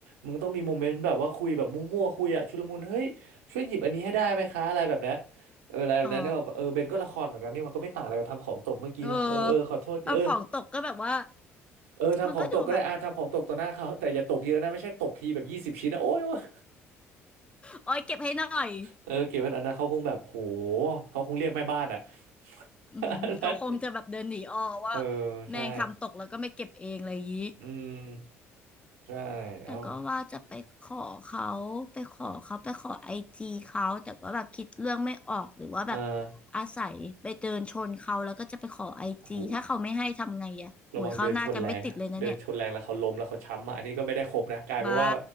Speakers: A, on the right; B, on the left.
A: มึงต้องมีโมเมนต์แบบว่าคุยแบบมั่วๆคุยอะชุลมุนเฮ้ยช่วยหยิบอันนี้ให้ได้ไหมคะอะไรแบบเนี้ยเอออะไรแบบนั้นเนี่ยแบบเออเบนก็ละครเหมือนกันนี่มันก็ไม่ต่างอะไรกับทำของตกเมื่อกี้เลยเออเออขอโทษทีเออ
B: อ๋อ เออทำของตกก็แบบว่า
A: เออทำของตกก็ได้อ่ะทำของตกต่อหน้าเขาแต่อย่าตกเยอะนะไม่ใช่ตกทีแบบยี่สิบชิ้นนะโอ้ยโอ๊ย
B: มันก็ดูแบบโอ้ยเก็บให้หน่อย
A: เออเก็บไว้อันนั้นเขาคงแบบโหเขาคงเรียกแม่บ้านอะ
B: อืมเขาคงจะแบบเดินหนีอ้อว่า
A: <laughs> นั้นเออ
B: แมงทำตกแล้วก็ไม่เก็บเองอะไรอย่างนี้
A: ใช่อืมใช่เอ้า
B: แต่ก็ว่าจะไปขอเขาไปขอเขาไปขอไอจีเขาแต่ก็แบบคิดเรื่องไม่ออกหรือว่าแบบ
A: อ่า
B: อาศัยไปเดินชนเขาแล้วก็จะไปขอไอจีถ้าเขาไม่ให้ทำไงอะโอ้ยเข้าหน้ากันไม่ติดเลยนะเนี่ย
A: โห ระวังเดินชนแรงนะเดินชนแรงแล้วเขาล้มแล้วเขาช้ำมาอันนี้ก็ไม่ได้ครบนะกลายเป็นว่า
B: บ้า